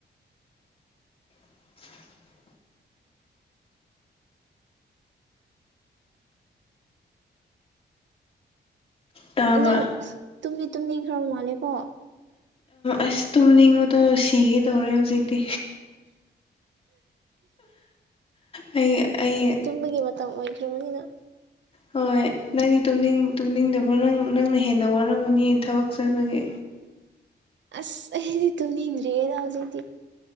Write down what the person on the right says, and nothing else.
ꯅꯪ ꯇꯨꯝꯗꯤ ꯇꯨꯝꯅꯤꯡ ꯈꯔ ꯃꯥꯜꯂꯦꯀꯣ
ꯇꯨꯝꯕꯥꯒꯤ ꯃꯇꯝ ꯑꯣꯏꯈ꯭ꯔꯕꯅꯤꯅ
ꯑꯁ ꯑꯩꯗꯤ ꯇꯨꯅꯤ ꯏ꯭ꯔꯦꯔꯥꯎꯖꯗꯤ